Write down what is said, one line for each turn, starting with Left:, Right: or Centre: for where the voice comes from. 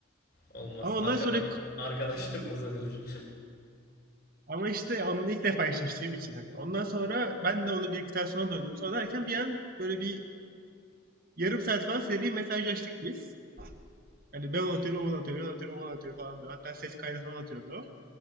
Left: Olmaz.
Right: Ama ondan
Left: Arkada
Right: sonra
Left: arkadaşlığı bozabilir.
Right: Ama işte onu ilk defa eşleştiğim için hani. Ondan sonra ben de onu diktasyona döndüm. Sonra derken bir an böyle bir yarım saat falan seri mesajlaştık biz. Hani ben onu atıyorum, o bana atıyor, ben atıyorum, o bana atıyor falan böyle. Hatta ses kaydı falan atıyordu o.